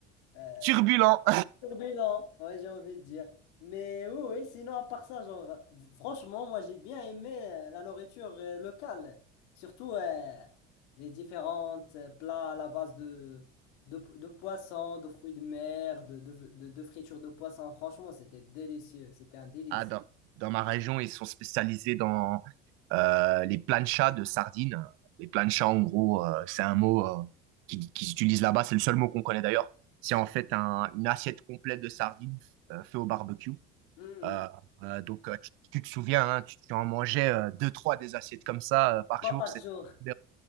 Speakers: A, on the left; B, on the right.
A: euh,
B: turbulent.
A: Turbulent, ouais, j'ai envie de dire. Mais oui, oui, sinon, à part ça, genre, franchement, moi, j'ai bien aimé euh, la nourriture euh, locale. Surtout euh, les différentes euh, plats à la base de, de, de poissons, de fruits de mer, de, de, de, de fritures de poissons. Franchement, c'était délicieux. C'était un délice.
B: Ah, dans, dans ma région, ils sont spécialisés dans euh, les planchas de sardines. Les planchas, en gros, euh, c'est un mot euh, qui, qui s'utilise là-bas. C'est le seul mot qu'on connaît d'ailleurs. C'est en fait un- une assiette complète de sardines euh, fait au barbecue.
A: Mhm.
B: Euh, euh, donc, euh, tu, tu te souviens, hein, tu, tu en mangeais euh, deux, trois des assiettes comme ça euh, par
A: Trois
B: jour.
A: par
B: C'était
A: jour.
B: <laughs>